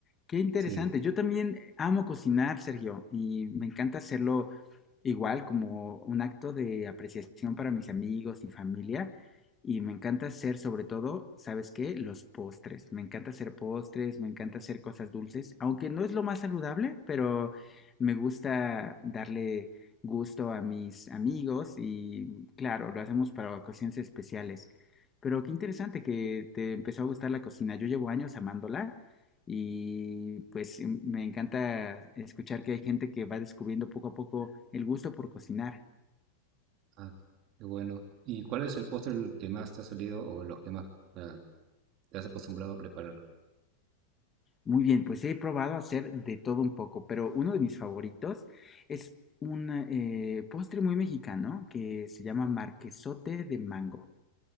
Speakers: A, on the left; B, on the right.
A: Qué interesante.
B: sí.
A: Yo también amo cocinar, Sergio, y me encanta hacerlo igual como un acto de apreciación para mis amigos y familia. Y me encanta hacer, sobre todo, ¿sabes qué? Los postres. Me encanta hacer postres, me encanta hacer cosas dulces, aunque no es lo más saludable, pero me gusta darle gusto a mis amigos y claro, lo hacemos para ocasiones especiales. Pero qué interesante que te empezó a gustar la cocina. Yo llevo años amándola y pues em, me encanta escuchar que hay gente que va descubriendo poco a poco el gusto por cocinar.
B: Ah, qué bueno. ¿Y cuál es el postre el que más te ha salido o los que más ah, te has acostumbrado a preparar?
A: Muy bien, pues he probado hacer de todo un poco, pero uno de mis favoritos es un eh, postre muy mexicano que se llama marquesote de mango.